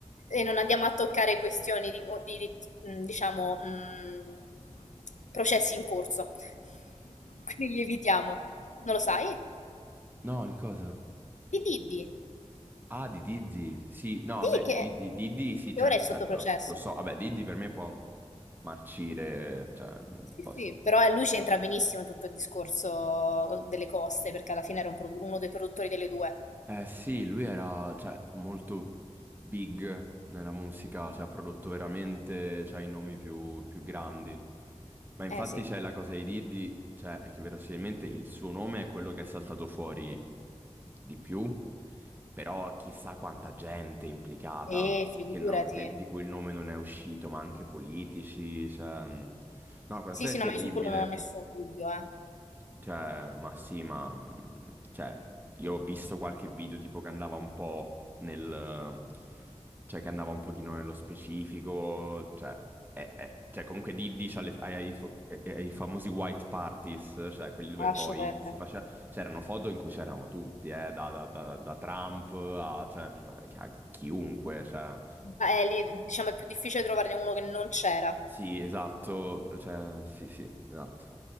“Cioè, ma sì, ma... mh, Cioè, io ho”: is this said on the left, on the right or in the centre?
Right